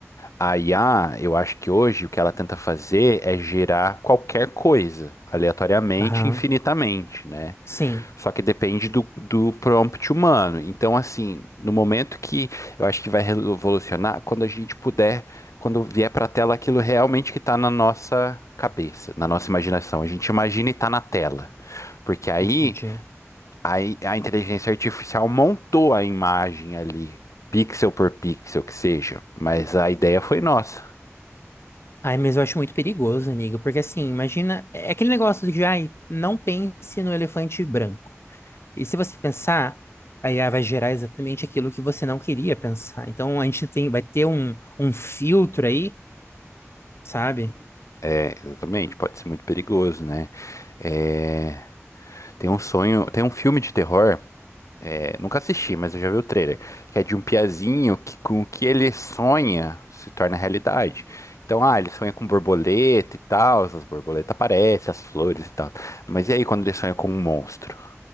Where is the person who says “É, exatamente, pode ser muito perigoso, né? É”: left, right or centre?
Left